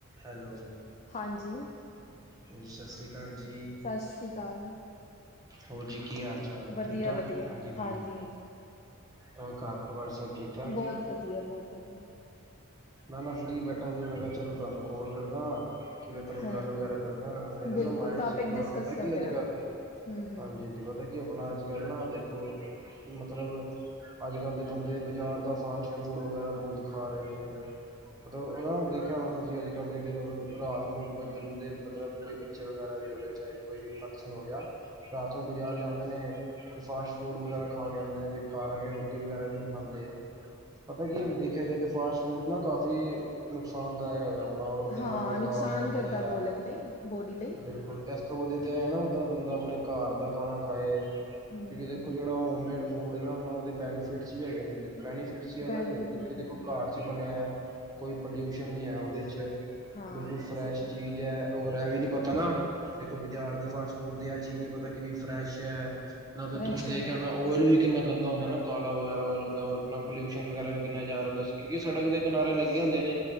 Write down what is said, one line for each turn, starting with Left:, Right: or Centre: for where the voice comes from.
Right: Hello
Left: ਹਾਂਜੀ,
Right: ਹਾਂਜੀ ਸਸ ਸ੍ਰੀ ਕਾਲ ਜੀ।
Left: ਸਸ ਸ੍ਰੀ ਕਾਲ।
Right: ਹੋਰ ਜੀ ਕੀ ਹਾਲ ਚਾਲ
Left: ਵਧੀਆ-ਵਧੀਆ,
Right: ਠੀਕ ਠਾਕ, ਹਾਂਜੀ ਵਧੀਆ
Left: ਹਾਂਜੀ-ਹਾਂਜੀ।
Right: ਹੋਰ ਘਰ ਪਰਿਵਾਰ ਸਭ ਠੀਕ ਠਾਕ
Left: ਬਹੁਤ
Right: ਜੀ।
Left: ਵਧੀਆ, ਬਹੁਤ ਵਧੀਆ।
Right: ਮੈਂ ਨਾ ਫ੍ਰਰੀ ਬੈਠਾ ਸੀ ਮੈਂ ਕਿਹਾ ਚਲੋ ਤੁਹਾਨੂੰ ਕਾਲ ਕਰਦਾ। ਕਿ ਮੈਂ ਤੁਹਾਨੂੰ
Left: ਹਾਂ
Right: ਗੱਲ ਵਗੈਰਾ ਕਰਦਾ ਮੇਰੇ
Left: ਬਿਲਕੁਲ,
Right: ਨਾ ਮਾਇੰਡ
Left: ਟੋਪਿਕ
Right: ਚ ਆਪਣਾ
Left: ਡਿਸਕਸ
Right: ਪਤਾ
Left: ਕਰਦੇ
Right: ਕੀ ਅੱਜ
Left: ਆ ਨਾ।
Right: ਕੱਲ
Left: ਹੂੰ-ਹੂੰ।
Right: ਹਾਂਜੀ-ਹਾਂਜੀ ਪਤਾ ਕੀ ਆਪਣਾ ਅੱਜ ਕੱਲ ਨਾ ਦੇਖੋ ਮਤਲਬ ਅੱਜ ਕੱਲ ਦੇ ਬੰਦੇ ਬਜ਼ਾਰ ਦਾ ਫਾਸਟ ਫੂਡ ਵਗੈਰਾ ਬਹੁਤ ਖਾ ਰਹੇ ਨੇ। ਮਤਲਬ ਉਹ ਨਾ ਦੇਖਿਆ ਹੋਣਾ ਤੁਸੀਂ ਅੱਜ ਕੱਲ ਜਿਹੜੇ ਮਤਲਬ ਰਾਤ ਨੂੰ ਬ ਬੰਦੇ ਮਤਲਬ ਕੋਈ ਬੱਚੇ ਵਗੈਰਾ ਵੀ ਹੋਵੇ ਚਾਹੇ ਕੋਈ ਫੰਕਸ਼ਨ ਹੋ ਗਿਆ, ਰਾਤ ਨੂੰ ਬਾਜ਼ਾਰ ਜਾਂਦੇ ਨੇ। ਤੇ ਫਾਸਟ ਫੂਡ ਵਗੈਰਾ ਖਾ ਕੇ ਆਂਦੇ ਨੇ, ਤੇ ਘਰ ਆ ਕੇ ਰੋਟੀ ਵਗੈਰਾ ਵੀ ਨਹੀਂ ਖਾਂਦੇ। ਪਤਾ ਕੀ, ਦੇਖਿਆ ਜਾਏ ਤਾਂ ਫਾਸਟ ਫੂਡ ਨਾ ਕਾਫੀ, ਨੁਕਸਾਨਦਾਇਕ ਹੈਗਾ ਆਪਣਾ, ਕਿੰਨਾ
Left: ਹਾਂ,
Right: ਗੰਦਾ
Left: ਨੁਕਸਾਨ
Right: ਆਇਲ ਹੁੰਦਾ
Left: ਕਰਦਾ
Right: ਹੈ,
Left: ਬੋਲਕ ਲਈ ਬੋਡੀ ਲਈ।
Right: ਬਿਲਕੁਲ ਇਸ ਤੋਂ ਵਧੀਆ ਤੇ ਆ ਨਾ ਮਤਲਬ, ਬੰਦਾ ਆਪਣੇ ਘਰ ਦਾ ਖਾਣਾ ਖਾਏ। ਕਿਉਂਕਿ,
Left: ਹੂੰ।
Right: ਦੇਖੋ ਜਿਹੜਾ ਹੋਮਮੇਡ ਫੂਡ ਐ ਨਾ ਆਪਣਾ, ਉਹਦੇ ਬੈਨੀਫਿਟਸ ਵੀ ਹੈਗੇ ਨੇ। ਬੈਨੀਫਿਟਸ ਵੀ ਉਹਨਾਂ
Left: ਬੈਨੀਫਿਟ
Right: ਦੇ ਨੇ, ਕਿਉਂਕਿ
Left: ਹਾਂ-ਹਾਂ,
Right: ਦੇਖੋ ਘਰ ਚ ਬਣਿਆ। ਕੋਈ, ਪੋਲਿਊਸ਼ਨ ਨਹੀਂ ਹੈ, ਉਹਦੇ ਚ
Left: ਹਾਂ
Right: ਬਿਲਕੁਲ ਫਰੈਸ਼
Left: ਸਹੀ,
Right: ਚੀਜ਼ ਔਰ ਐ ਵੀ ਨੀ, ਪਤਾ ਨਾ, ਦੇਖੋ ਬਾਜ਼ਾਰ ਦੀ ਫਾਸਟ ਫੂਡ ਦੀ ਐ ਚੀਜ਼ ਨੀ ਪਤਾ ਕਿ ਫਰੈਸ਼ ਹੈ, ਨਾਲ ਤਾਂ,
Left: ਫਰੈਸ਼
Right: ਤੁਸੀਂ ਦੇਖਿਆ
Left: ਨੇ
Right: ਹੋਣਾ
Left: ਹਾਂ-ਹਾਂ।
Right: ਓਇਲ ਵੀ ਕਿੰਨਾ ਗੰਦਾ ਹੁੰਦਾ ਨਾ, ਕਾਲਾ ਵਗੈਰਾ ਓਇਲ ਹੁੰਦਾ। ਆਪਣਾ ਪੋਲਿਊਸ਼ਨ ਵਗੈਰਾ ਵੀ, ਕਿੰਨਾ ਜਾਰਲੇਸ ਕਿਉਂਕਿ ਸੜਕ ਦੇ ਕਿਨਾਰੇ ਲੱਗੇ ਹੁੰਦੇ ਨੇ,